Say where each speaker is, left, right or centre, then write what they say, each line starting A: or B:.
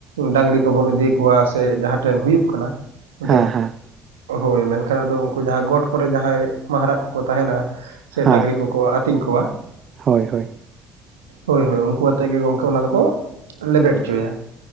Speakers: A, on the right; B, on the right.
A: ᱰᱟᱹᱝᱨᱤ ᱠᱚᱵᱚᱱ ᱤᱫᱤ ᱠᱚᱣᱟ, ᱥᱮ ᱡᱟᱦᱟᱸ ᱴᱷᱮᱱ ᱦᱩᱭᱩᱜ ᱠᱟᱱᱟ ᱾ ᱚᱫᱷᱮᱠ
B: ᱦᱮᱸ ᱦᱮᱸ
A: ᱦᱳᱭ, ᱢᱮᱱᱠᱷᱟᱱ ᱟᱫᱚ ᱩᱱᱠᱩ ᱡᱟᱦᱟᱸ ᱜᱚᱴ ᱠᱚᱨᱮᱜ ᱡᱟᱦᱟᱸᱭ ᱢᱟᱦᱟᱨᱟ ᱠᱚᱠᱚ ᱛᱟᱦᱮᱸᱱᱟ, ᱥᱮ
B: ᱦᱮᱸ
A: ᱰᱟᱹᱝᱨᱤ ᱠᱚᱠᱚ ᱟᱹᱛᱤᱧ ᱠᱚᱣᱟ ᱾
B: ᱦᱳᱭ ᱦᱳᱭ ᱾
A: ᱦᱳᱭ ᱦᱳᱭ ᱩᱱᱠᱩ ᱟᱛᱮᱜ ᱜᱮ ᱜᱚᱢᱠᱮ ᱚᱱᱟ ᱫᱚᱠᱚ ᱞᱮᱵᱮᱫ ᱦᱚᱪᱚᱭᱟ